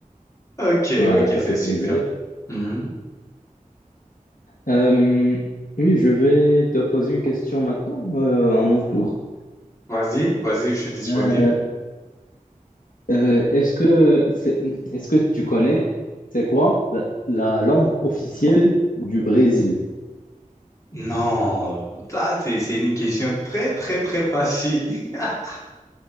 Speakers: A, on the left; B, on the left.
A: Ok, ok,
B: Voilà, ça
A: c'est
B: fait
A: super.
B: plaisir.
A: Mhm.
B: Euh, oui, je vais te poser une question maintenant, euh, à mon tour.
A: Vas-y, vas-y, je suis disponible.
B: Euh, euh, est-ce que c'est- est-ce que tu connais, c'est quoi la la langue officielle du Brésil?
A: Non, ça c'est c'est une question très très très facile. <laughs>